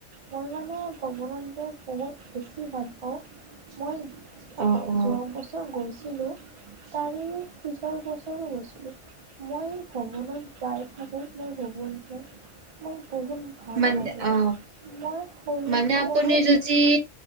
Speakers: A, on the right; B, on the right.
A: মই মানে ভ্ৰমনত গৈ বহুত বেছি ভাল পাওঁ, মই
B: অ অ
A: যোৱা বছৰ গৈছিলোঁ তাৰে পিছৰ বছৰো গৈছিলোঁ, মই ভ্ৰমণত যাই থাকোঁ মোৰ ভ্ৰমণ যে মই বহুত ভাল
B: মানে
A: লাগে।
B: অ
A: মই সৰুৰ
B: মানে আপুনি
A: পৰাই
B: যদি